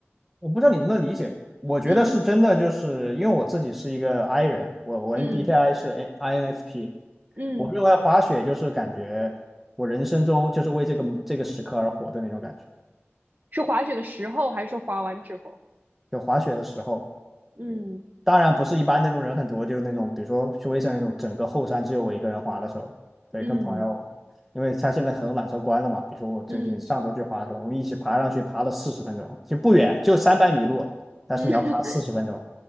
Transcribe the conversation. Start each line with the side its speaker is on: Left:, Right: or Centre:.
Centre: 我不知道你能不能理解。我觉得是真的，
Right: 嗯
Centre: 就是因为我自己是一个 I 人，我我
Right: 嗯
Centre: N b t i 是 N- INFP。
Right: 嗯，
Centre: 我认为滑雪就是感觉我人生中就是为这个这个时刻而活的那种感觉。
Right: 是滑雪的时候，还是说滑完之后？
Centre: 就滑雪的时候。
Right: 嗯
Centre: 当然不是一般那种人很多，就那种比如说去威森那种整个后山只有我一个人滑的时候，对，
Right: 嗯
Centre: 跟朋友，因为他现在很多缆车关了嘛，比如说我最近上周去滑的时候，
Right: 嗯
Centre: 我们一起爬上去，爬了四十分钟，其实不远，就三百米路，但是你要爬四十分钟，
Right: 嗯，<laughs>